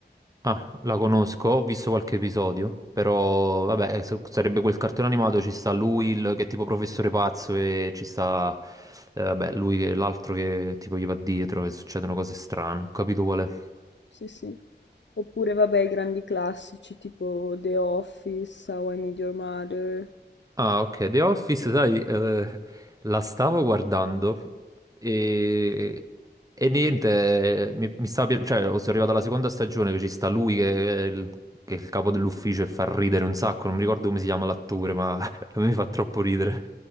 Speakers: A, on the right; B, on the left.
A: Ah, la conosco, ho visto qualche episodio, però vabbè, eh, so- sarebbe quel cartone animato, ci sta lui il- che è tipo professore pazzo e ci sta, eh, vabbè, lui che l'altro che tipo gli va dietro e succedono cose strane, ho capito qual è.
B: Sì, sì. Oppure, vabbè, i grandi classici tipo The Office, How I Met Your Mother.
A: Ah, ok, The Office, sai, eh, la stavo guardando e, e niente, eh, mi, mi stava pi- cioè, oh, sono arrivato alla seconda stagione che ci sta lui che è il, che è il capo dell'ufficio e fa ridere un sacco, non mi ricordo come si chiama l'attore, ma <laughs> a me fa troppo ridere.